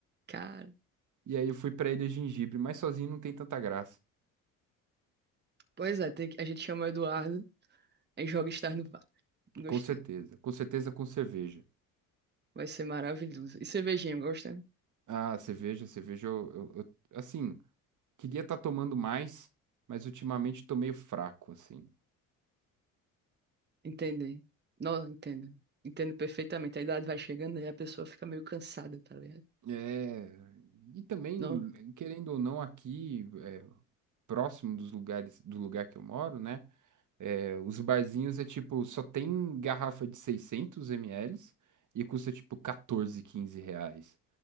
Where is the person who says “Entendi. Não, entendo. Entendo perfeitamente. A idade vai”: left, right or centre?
Right